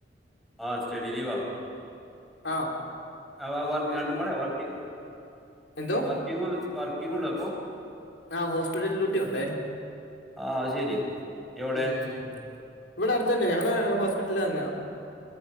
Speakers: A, in the centre; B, on the left.
A: ആഹ് സ്റ്റഡിലീവാ
B: ആഹ്
A: അവ വർക്ക് രണ്ടും കൂടെ വർക്ക്
B: എന്തോ
A: വർക്കിന് പോന്ന് വർക്കിങ്ങുണ്ടോ അപ്പൊ
B: ആഹ് ഹോസ്പിറ്റൽ ഡ്യൂട്ടി ഒണ്ടേ
A: ആ അത് ശരി എവിടെ
B: ഉം ഇവിടെ അടുത്ത് തന്നെയാ ഞങ്ങടെ ഹോസ്പിറ്റല് തന്നെയാ